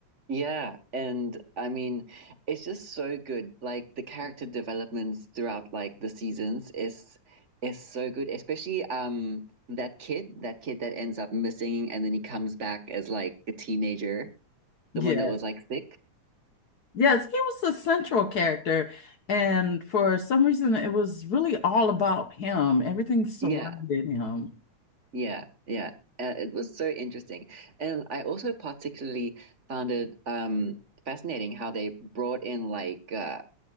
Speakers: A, on the right; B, on the left.
A: Yeah, and I mean, it's just so good. Like the character developments throughout like the seasons is is so good, especially um that kid, that kid that ends up missing and then he comes back as like a teenager,
B: Yeah.
A: the one that was like sick.
B: Yes, he was the central character. And for some reason, it was really all about him. Everything surrounded
A: Yeah,
B: him.
A: yeah, yeah. Uh, it was so interesting. And I also particularly found it um fascinating how they brought in like uh